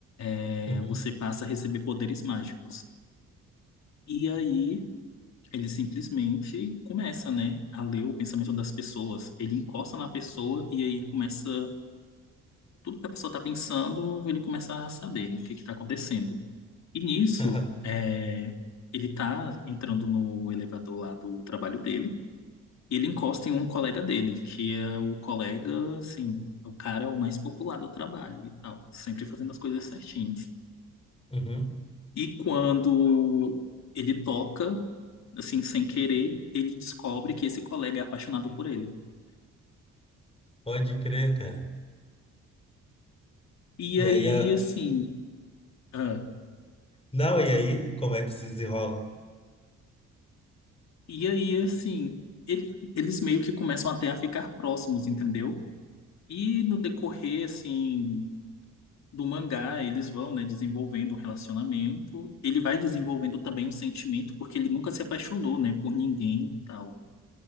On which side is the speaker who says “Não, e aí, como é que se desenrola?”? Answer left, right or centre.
Left